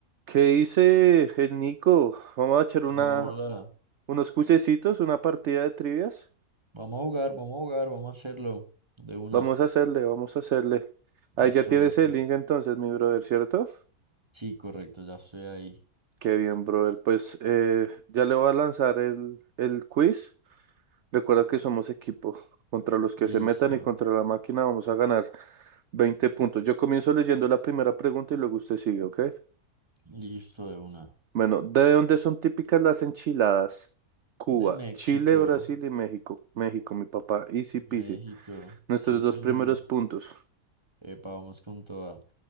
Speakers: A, on the right; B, on the right.
A: ¿Qué dice el Nico? Vamos a echar
B: Hola,
A: una, unos cuisecitos, una partida de trivias.
B: vamos a jugar, vamos a jugar, vamos a hacerlo de una.
A: Vamos a hacerle, vamos a hacerle. Ahí
B: Eso,
A: ya tienes
B: eso.
A: el link entonces, mi brother, ¿cierto?
B: Sí, correcto, ya estoy ahí.
A: Qué bien, brother. Pues eh, ya le voy a lanzar el, el quiz. Recuerda que somos equipo. Contra los que
B: Listo,
A: se metan y contra la máquina vamos a ganar 20 puntos. Yo comienzo leyendo la primera pregunta y luego usted sigue, ¿ok?
B: listo de una.
A: Bueno, ¿de dónde son típicas las enchiladas? Cuba,
B: De México,
A: Chile, Brasil y México. México, mi papá. Easy peasy.
B: México,
A: Nuestros
B: sí
A: dos
B: señor.
A: primeros puntos.
B: Epa, vamos con toda.